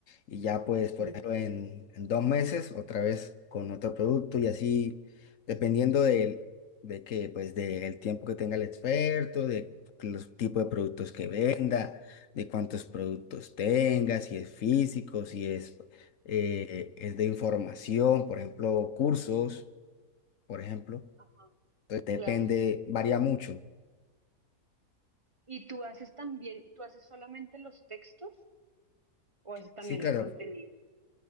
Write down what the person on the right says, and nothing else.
te entiendo.
Ajá,
claro.
¿Y tú haces también, tú haces solamente los textos o haces también
el contenido?